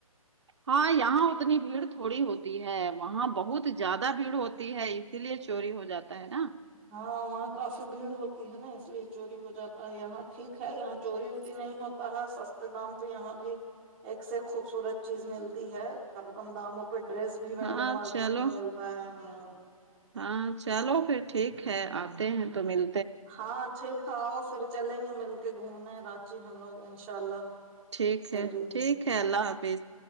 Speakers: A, on the right (about 50°); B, in the centre.
A: ہاں یہاں اتنی بھیڑ تھوڑی ہوتی ہے وہاں بہت زیادہ بھیڑ ہوتی ہے اسی لیے چوری ہو جاتا ہے نا
B: ہاں وہاں کافی بھیڑ ہوتی ہے نا اس لیے چوری ہو جاتا ہے یہاں ٹھیک ہے یہاں چوری ووری نہیں ہو اتا ہے سستے دام پے یہاں بھی ایک سے ایک خوبصورت چیز ملتی ہے کم کم داموں پہ ڈریس بھی وینڈر
A: ہاں
B: مارکیٹ
A: چلو
B: میں مل تا ہے ہاں
A: ہاں چلو پھر ٹھیک ہے آتے ہیں تو مل
B: ہاں ٹھیک ہے آؤ پھر چلیں گے مل کے گھومنے راچی ہم لوگ انشاء اللہ
A: ٹھیک
B: جلدی
A: ہے ٹھیک
B: ہی
A: ہے اللہ حافظ